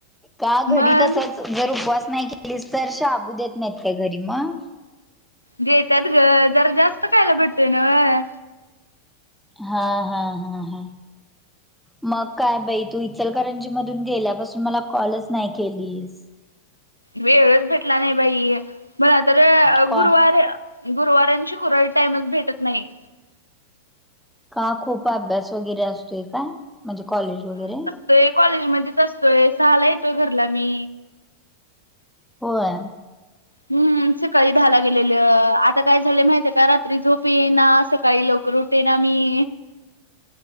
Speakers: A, in the centre; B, on the left.
A: का घरी
B: मग
A: तसंच! जर उपवास नाही केलीस तर शाबू देत नाहीत का घरी मग?
B: देतात ग, जरा जास्त खायला भेटतय नव्ह?
A: हा हा हा हा! मग काय बाई, तू इचलकरंजी मधून गेल्यापासून मला कॉलच नाही केलीस.
B: वेळच भेटला नाही बाई, मला तर
A: का
B: गुरुवार गुरवार आन शुक्रवारी टाईमच भेटत नाही.
A: का खूप अभ्यास वगैरे असतोय का, म्हणजे कॉलेज वगैरे.
B: ते कॉलेज मध्येच असतोय, सहाला येतोय घरला मी.
A: होय!
B: हूं सकाळी दहा ला गेलेल, आता काय झाले माहित का रात्री झोप येई ना सकाळी लवकर उठ तेना मी!